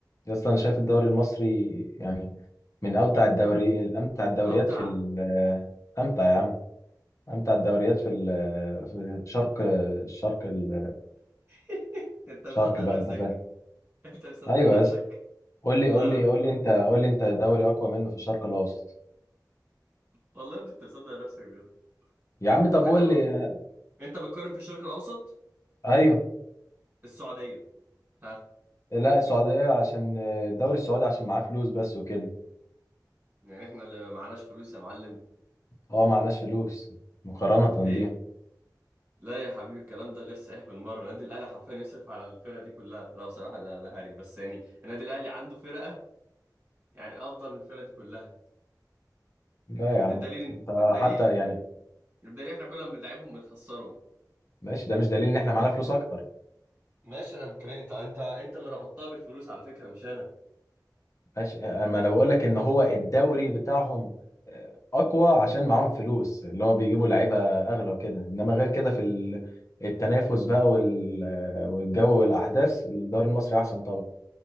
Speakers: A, on the left; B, on the right.
A: يا اسطى انا شايف الدوري المصري يعني من اوتع الدوري الامتع الدوريات
B: اوتع
A: في ال- امتع يا عم امتع الدوريات في ال- في الشرق الشرق ال-
B: <laughs> انت مصدق
A: الشرق بقى
B: نفسك؟
A: انت فاهم
B: انت مصدق
A: ايوه
B: نفسك؟
A: يا اسطى قول لي
B: لا
A: قول
B: لا
A: لي
B: لا
A: قول لي انت قول لي انت دوري اقوى منه في الشرق الاوسط
B: والله انت مصدق نفسك بجد
A: يا عم طب
B: اه
A: قول
B: انت ب...
A: لي
B: انت بتقارن في الشرق الاوسط
A: ايوه
B: السعودية ها
A: لا السعوديه عشان الدوري السعودي عشان معاه فلوس بس وكده
B: يعني احنا اللي معناش فلوس يا معلم
A: هو معناش فلوس مقارنه
B: ليه
A: بيهم
B: لا يا حبيبي الكلام ده غير صحيح بالمره النادي الاهلي حرفيا يصرف على الفرقه دي كلها لا بصراحه ده ده هري بس يعني النادي الاهلي عنده فرقه يعني افضل من الفرقه دي كلها
A: لا يا عم
B: الدليل
A: انت
B: الدليل
A: حتى يعني
B: الدليل احنا كل ما بنلعبهم بنخسرهم
A: ماشي ده مش دليل ان احنا معانا فلوس اكتر
B: ماشي انا بتكلم انت انت انت اللي ربطتها بالفلوس على فكره مش انا
A: ماشي اما انا بقول لك ان هو الدوري بتاعهم اقوى عشان معاهم فلوس اللي هو بيجيبوا لعيبه اغلى وكده انما غير كده في ال- التنافس بقى وال- والجو والاحداث الدوري المصري احسن طبعا